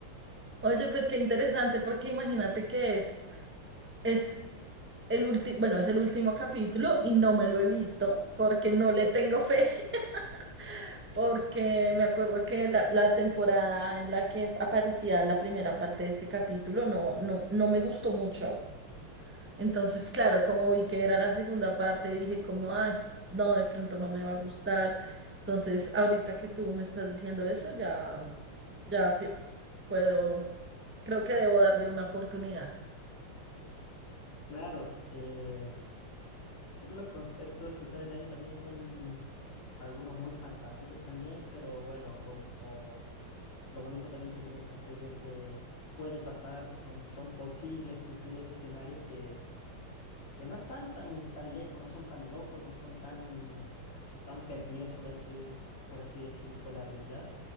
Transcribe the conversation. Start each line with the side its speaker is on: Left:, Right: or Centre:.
Right: Oye, pues qué interesante, porque imagínate que es, es el último, bueno, es el último capítulo y no me lo he visto porque no le tengo fe, <laughs> porque me acuerdo que la, la temporada en la que aparecía la primera parte de este capítulo no, no, no me gustó mucho. Entonces, claro, como vi que era la segunda parte, dije como, ay, no, de pronto no me va a gustar. Entonces, ahorita que tú me estás diciendo eso, ya, ya pi- puedo, creo que debo darle una oportunidad.
Left: Claro, eh, creo que los conceptos que salen ahí también son algunos muy fantásticos también, pero bueno, como lo bonito también que tiene esa serie es que puede pasar, son, son posibles futuros escenarios que, que no están tan, tan lejos, no son tan locos, no son tan, tan perdidos, por así, de- por así decir, con la realidad.